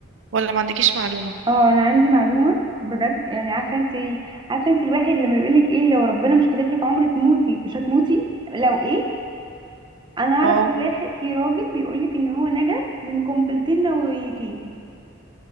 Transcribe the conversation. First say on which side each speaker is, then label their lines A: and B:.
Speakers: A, on the right (about 65°); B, on the right (about 20°).
A: ولا ما عندكيش معلومة
B: اه انا عندي معلومة بجد يعني عارفة انت عارفة انت الواحد لما يقولك ايه لو ربنا مش كاتب لك عمر تموتي مش هتموتي لو ايه؟ انا اعرف
A: اه
B: في واحد في راجل بيقولك ان هو نجا من قنبلتين نوويتين